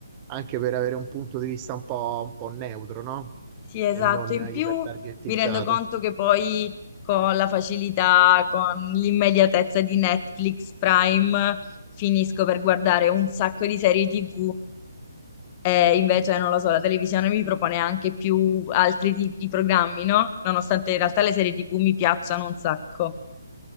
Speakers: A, on the right (about 25°); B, on the left (about 25°).
A: anche per avere un punto di vista un po', un po' neutro, no?
B: sì, esatto.
A: E non
B: In più
A: ipertargettizzato.
B: mi rendo conto che poi con la facilità, con l'immediatezza di Netflix Prime, finisco per guardare un sacco di serie TV E invece, non lo so, la televisione mi propone anche più altri tipi di programmi, no? Nonostante in realtà le serie TV mi piacciono un sacco.